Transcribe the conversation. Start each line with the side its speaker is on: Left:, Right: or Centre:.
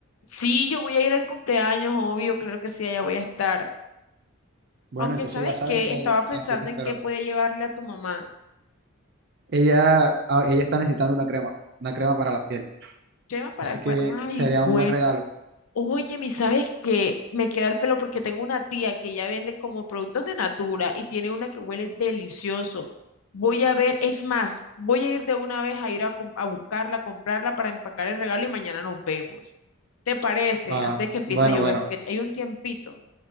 Left: Sí, yo voy a ir al cumpleaños, obvio, claro que sí, allá voy a estar.
Right: Bueno,
Left: Aunque
Right: entonces
Left: sabes
Right: ya sabes
Left: que
Right: que
Left: estaba pensando
Right: aquí te espero.
Left: en qué podía llevarle a tu mamá.
Right: Ella, a- ella está necesitando una crema, una crema para la piel.
Left: Crema para
Right: Así
Left: el
Right: que
Left: cuerpo. Ay,
Right: sería
Left: bueno.
Right: un buen regalo.
Left: Oye, mi, ¿sabes qué? Me queda el pelo porque tengo una tía que ya vende como productos de Natura y tiene una que huele delicioso. Voy a ver, es más, voy a ir de una vez a ir a, com- a buscarla, a comprarla para empacar el regalo y mañana nos vemos. ¿Te parece?
Right: Ah,
Left: Antes de que empiece
Right: bueno,
Left: a llover,
Right: bueno,
Left: porque hay un tiempito.